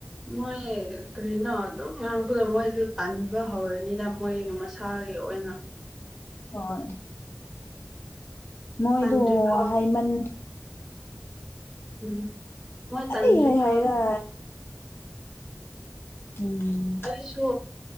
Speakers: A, in the centre; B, on the left (about 60°).
A: ꯃꯣꯏ ꯀꯔꯤꯅꯣ ꯑꯗꯨꯝ ꯉꯥꯡꯕꯗꯣ ꯃꯣꯏꯁꯨ ꯇꯥꯟꯕ ꯍꯧꯔꯦ ꯑꯣꯏꯔꯅꯤꯗ ꯃꯣꯏꯒꯤ ꯃꯁꯥꯒꯤ ꯑꯣꯏꯅ
B: ꯍꯣꯏ ꯃꯣꯏꯗꯨ
A: ꯇꯟꯗ꯭ꯔꯤ ꯐꯥꯎ
B: ꯍꯥꯏꯃꯟ
A: ꯎꯝ ꯃꯣꯏ ꯇꯟꯗ꯭ꯔꯤ
B: ꯑꯩ ꯍꯥꯏ
A: ꯐꯥꯎ
B: ꯍꯥꯏꯔ ꯎꯝ
A: ꯑꯗꯨꯁꯨ